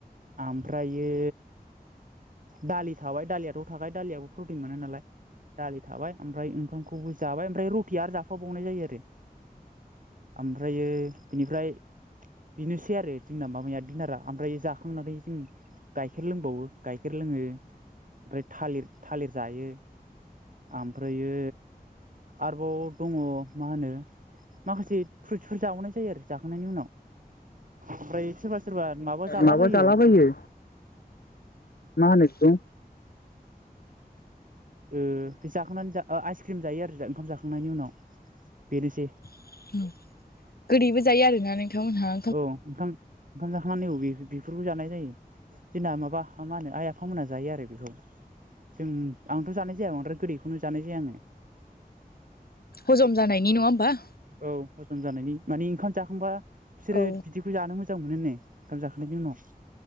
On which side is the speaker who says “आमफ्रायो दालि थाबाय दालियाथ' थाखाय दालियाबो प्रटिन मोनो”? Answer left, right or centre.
Right